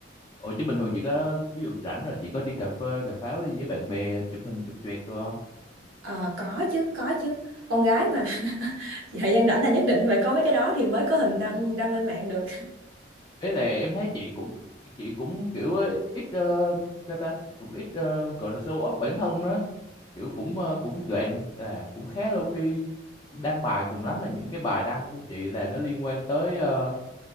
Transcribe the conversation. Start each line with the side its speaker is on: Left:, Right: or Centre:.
Left: ủa chứ bình thường chị có ví dụ rảnh rồi chị có đi cà phê cà pháo đi với bạn bè chụp hình chụp choẹt được không
Right: Ờ, có chứ, có chứ. Con gái mà, <laughs> thời gian rảnh là nhất định phải có mấy cái đó thì mới có hình đăng đăng lên mạng được.
Left: ý là em thấy chị cũng chị cũng kiểu ấy, ít ờ, sao ta cũng ít ờ, gọi là show off bản thân nữa kiểu cũng ờ, cũng gạn là cũng khá low key đăng bài cùng lắm là những cái bài đăng của chị là nó liên quan tới ờ,